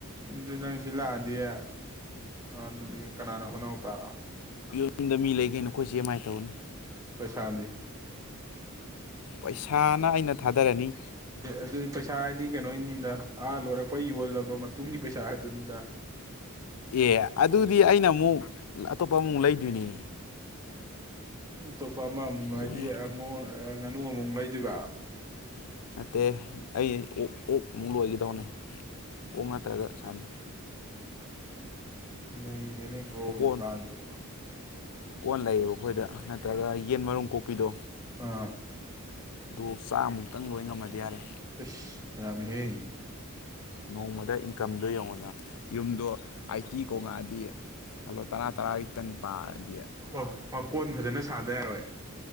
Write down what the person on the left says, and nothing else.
ꯌꯨꯝꯗ ꯃꯤ ꯂꯩ ꯀꯩꯅꯣ ꯑꯩꯈꯣꯏ ꯆꯦ ꯃꯥꯏ ꯇꯧꯖꯅꯤ
ꯄꯩꯁꯥꯅ ꯑꯩꯅ ꯊꯥꯗꯔꯅꯤ
ꯑꯦ ꯑꯗꯨꯗꯤ ꯑꯩꯅ ꯑꯃꯨꯛ ꯑꯇꯣꯞꯄ ꯑꯃꯃꯨꯛ ꯂꯩꯗꯣꯏꯅꯦ
ꯌꯨꯝ
ꯅꯠꯇꯦ ꯑꯩ ꯑꯣ ꯑꯣꯛ ꯅꯨꯡꯛ ꯂꯣꯏꯒꯗꯕꯅꯦ ꯑꯣꯛ ꯇꯔꯚ ꯁꯟ
ꯑꯣꯀꯣꯟ
ꯀꯣꯟ ꯂꯩꯌꯦꯕ ꯑꯩꯈꯣꯏꯗ ꯅꯠꯇ꯭ꯔꯒ ꯌꯦꯟ ꯃꯔꯨꯝ ꯀꯣꯛꯄꯤꯗꯣ
ꯑꯣ ꯆꯥꯃꯨꯛꯇꯪ ꯂꯣꯏ ꯉꯝꯃꯗꯤ ꯌꯥꯔꯦ
ꯅꯣꯡꯃꯗ ꯏꯟꯀꯝꯗꯣ ꯌꯧꯉꯅ ꯌꯨꯝꯗ ꯑꯩꯥꯏꯇꯤ ꯀꯣ ꯉꯥꯗꯤ ꯈꯜꯂꯣ ꯇꯔꯥ ꯇꯔꯥꯒꯤꯇꯪ ꯄꯥꯔꯅꯤ